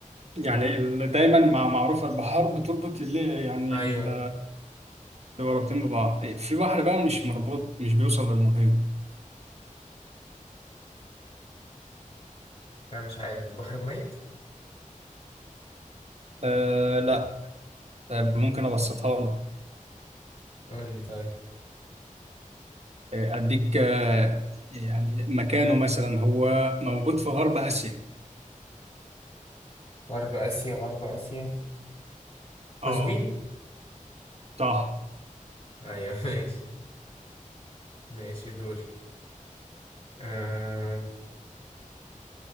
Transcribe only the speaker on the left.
أيوة
أنا مش عارف البحر الميت
قول لي طيب
غرب آسيا غرب آسيا
قزوين
أيوة <laughs> ماشي ماشي دوري آه...